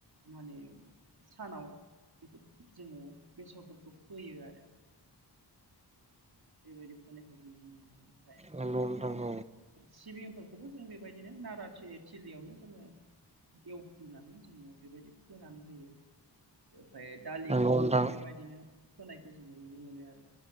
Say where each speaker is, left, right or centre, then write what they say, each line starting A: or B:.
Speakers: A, on the right (about 60°); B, on the right (about 15°).
A: माने सानाव बेखौ जोङो बेसरफोरखौ फोयो आरो बेबायदि फोनायखौ जों नुनो मोनो ओमफ्राय
B: नंगौ नोंथां
A: सिबिंफोरखौबो जों बेबायदिनो नारा थिलियावनो जोङो एवफुनानै जोङो बेबायदि फोनानै होयो ओमफाय दालिखौबो
B: औ नंगौ नोंथां
A: जोङो बेबायदिनो फोनायखौ जोङो नुनो मोनो आरो